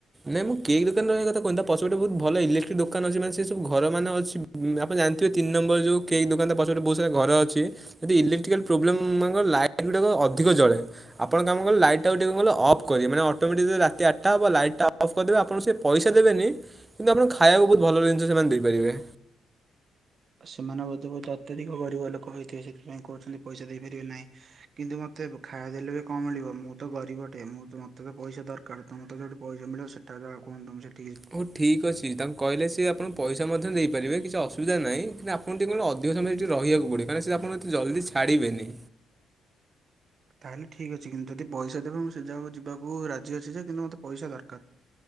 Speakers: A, on the right (about 20°); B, on the right (about 50°).
A: ନାଇଁ ମୁଁ କେକ୍ ଦୋକାନ ରେ ରହିବା କଥା କହୁନି ତା ପଛପଟେ ବହୁତ ଭଲ ଇକ୍ଟ୍ରିକ ଦୋକାନ ଅଛି ନା ସେ ସବୁ ଘର ମାନ ଅଛି। ଆପଣ ଜାଣିଥିବେ ତିନି ନମ୍ବର ଯୋଉ କେକ୍ ଦୋକାନ ତା ପଛ ପଟେ ବହୁତ ସାରା ଘର ଅଛି। ଯଦି ଇଲେକ୍ଟ୍ରିକାଲ ପ୍ରୋବ୍ଲେମ ଲାଇଟ୍ ଗୁଡାକ ଅଧିକ ଜଳେ। ଆପଣ କାମ କଲେ ଲାଇଟକୁ ଟିକେ ଅଫ କରିବେ ମାନେ ଅଟୋମେଟି ରାତି ଆଠଟା ହବ ଲାଇଟ୍ ଟା ଅଫ କରିବେ ଆପଣ ସେ ପଇସା ଦେବେନି। କିନ୍ତୁ ଆପଣ ଖାଇବାକୁ ବହୁତ ଭଲ ରେଞ୍ଜ୍ ରେ ସେମାନେ ଦେଇପାରିବେ।
B: ସେମାନେ ବୋଧେ ଅତ୍ୟଧିକ ଗରିବ ଲୋକ ହେଇଥିବ ସେଥିପାଇଁ କହୁଛନ୍ତି ପଇସା ଦେଇପାରିବେ ନାହିଁ। କିନ୍ତୁ ମୋତେ ଖା ଦେଲେ କଣ ମିଳିବ ମୁଁ ତ ଗରିବ ଟେ ମୁଁ ମତେ ତ ପଇସା ଦରକାର। କାଳେ ତମେ ତ ଯୋଉଠି ପଇସା ମିଳିବ ସେଠା <unintelligible> ସେ
A: ହଉ ଠିକ୍ ଅଛି ତାଙ୍କୁ କହିଲେ ସିଏ ଆପଣ ପଇସା ମଧ୍ୟ ଦେଇପାରିବେ କିଛି ଅସୁବିଧା ନାହିଁ କିନ୍ତୁ ଆପଣ ତେଣୁ ଅଧିକ ସମୟ ସେଠି ରହିବାକୁ ପଡିବ କାହିଁକି ସେ ଆପଣକୁ ଜଲଦି ଛାଡିବେନି।
B: ତାହେଲେ ଠିକ ଅଛି କିନ୍ତୁ ଯଦି ପଇସା ଦେବେ ମୁଁ ସେ ଯାକୁ ଯିବାକୁ ରାଜି ଅଛି ଯେ କିନ୍ତୁ ମୋତେ ପଇସା ଦରକାର।